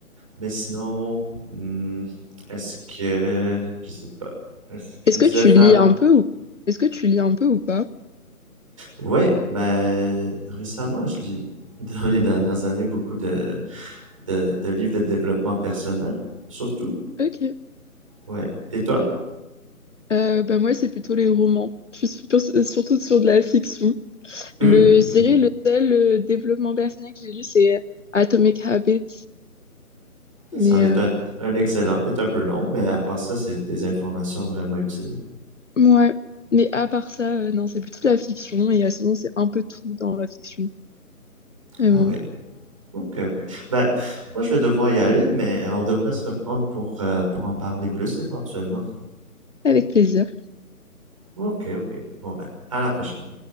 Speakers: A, on the right (about 20°); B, on the left (about 55°).
A: Mais sinon, hmm, est-ce que. Je sais pas. Est-ce que tu
B: Est-ce
A: disais
B: que tu
A: faire
B: lis un peu ou... Est-ce que tu lis un peu ou pas?
A: Ouais, ben récemment, je lis <laughs> dans les dernières années beaucoup de, de, de livres de développement personnel, surtout.
B: Ok.
A: Ouais. Et toi?
B: Euh, bah moi, c'est plutôt les romans. Je suis super- surtout sur de la fiction.
A: Mhm,
B: Le, je
A: mhm.
B: dirais le seul euh, développement personnel que j'ai lu, c'est euh, Atomic Habits.
A: C'en
B: Mais,
A: est
B: euh,
A: un, un excellent, est un peu long, mais à part ça, c'est des informations vraiment utiles.
B: ouais. Mais à part ça, euh, non, c'est plutôt de la fiction. Et à ce moment, c'est un peu tout dans la fiction. Mais
A: Ah
B: bon,
A: oui. Ok, ok. Ben, moi, je vais devoir y aller, mais on devrait se reprendre pour, euh, pour en parler plus éventuellement.
B: avec plaisir.
A: Ok, ok. Bon, ben, à la prochaine.